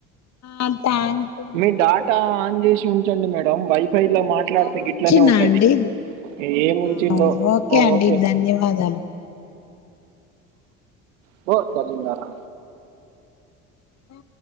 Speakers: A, on the left; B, on the right.
A: ఆ థ్యాంక్ యూ అండి
B: మీ డాటా ఆన్ చేసి ఉంచండి మేడం వైఫైలో మాట్లాడితే
A: ఆ
B: గిట్లనే
A: ఉంచినా
B: ఉంటది
A: అండి
B: ఏ ముంచిందో
A: ఆ అండి
B: ఓకే
A: ధన్యవాదాలు
B: పో జగిందార
A: అ